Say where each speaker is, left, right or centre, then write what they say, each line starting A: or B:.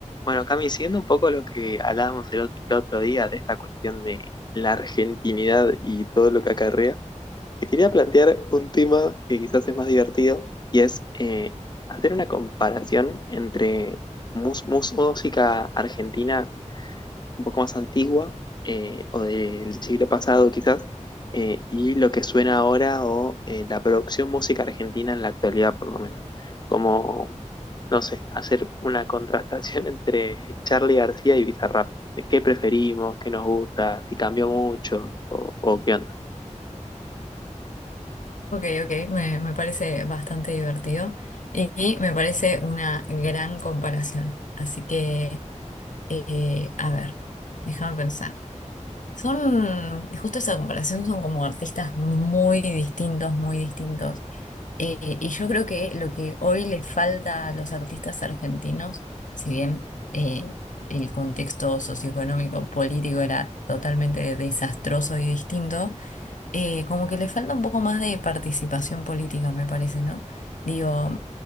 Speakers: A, on the left (about 35°); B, on the left (about 85°).
A: Bueno, Cami, siguiendo un poco lo que hablábamos el otro, el otro día de esta cuestión de la argentinidad y todo lo que acarrea, te quería plantear un tema que quizás es más divertido y es eh, hacer una comparación entre mus- mus- música argentina un poco más antigua eh, o del siglo pasado quizás eh, y lo que suena ahora o eh, la producción música argentina en la actualidad por lo menos. como no sé, hacer una contrastación <laughs> entre Charlie García y Bizarrap. De qué preferimos, qué nos gusta, si cambió mucho o, o qué onda.
B: Ok, ok, me, me parece bastante divertido y, y me parece una gran comparación. Así que, eh, a ver, déjame pensar. Son, justo esa comparación, son como artistas muy distintos, muy distintos. Eh, y yo creo que lo que hoy le falta a los artistas argentinos, si bien eh, el contexto socioeconómico, político era totalmente desastroso y distinto, eh, como que le falta un poco más de participación política, me parece, ¿no? Digo,